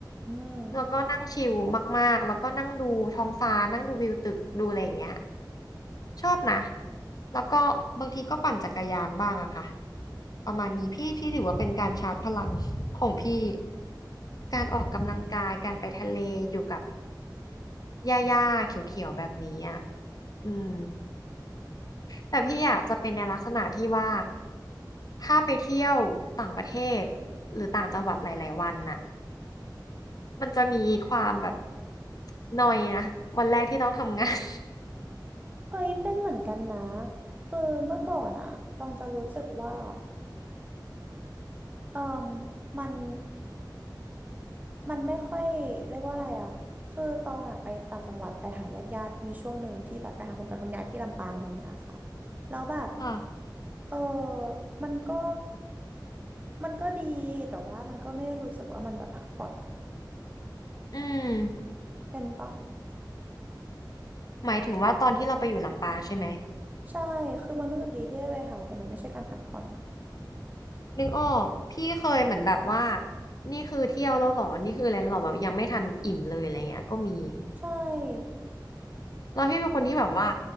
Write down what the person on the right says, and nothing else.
อืม
เคยเป็นเหมือนกันนะคือเมื่อก่อนอ่ะตองจะรู้สึกว่าเออมมัน มันไม่ค่อยเรียกว่าอะไรอ่ะ คือตองอ่ะไปต่างจังหวัดไปหาญาติญาติมีช่วงหนึ่งที่แบบไปหาคุณตาคุณยายที่ลำปางอะไรเงี้ยค่ะแล้วแบบ
เออ มันก็มันก็ดีแต่ว่ามันก็ไม่ได้รู้สึกว่ามันแบบพักผ่อนอ่ะ
เป็นปะ
ใช่คือมันรู้สึกดีที่ได้ไปหาแต่มันไม่ใช่การพักผ่อนอ่ะ
ใช่